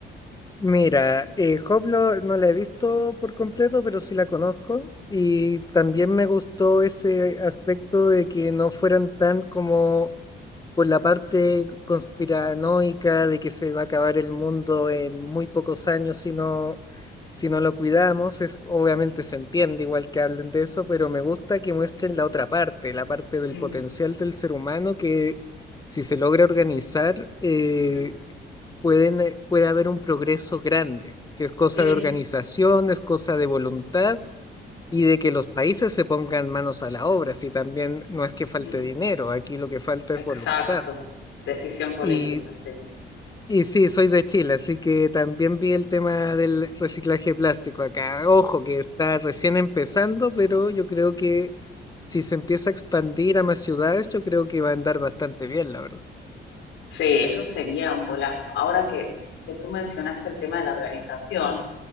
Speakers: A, on the left; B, on the left.
A: Mira, eh, Hoplo no la he visto por completo, pero sí la conozco. Y también me gustó ese aspecto de que no fueran tan como por la parte conspiranoica de que se va a acabar el mundo en muy pocos años si no, si no lo cuidamos. Es, obviamente se entiende igual que hablen de eso, pero me gusta que muestren la otra parte, la parte del
B: Mm,
A: potencial del ser humano que si se logra organizar, eh,
B: mm,
A: pueden, eh, puede haber un progreso grande. Si es cosa
B: mm,
A: de organización, es cosa de voluntad y de que los países se pongan manos a la obra. Si también no es que falte
B: mm.
A: dinero, aquí lo que falta
B: Exacto.
A: es voluntad.
B: Decisión política,
A: Y,
B: sí.
A: y sí, soy de Chile, así que también vi el tema del reciclaje plástico acá. Ojo, que está recién empezando, pero yo creo que si se empieza a expandir a más ciudades, yo creo que va a andar bastante bien, la verdad.
B: Sí, eso sería un golazo. Ahora que, que tú mencionaste el tema de la organización,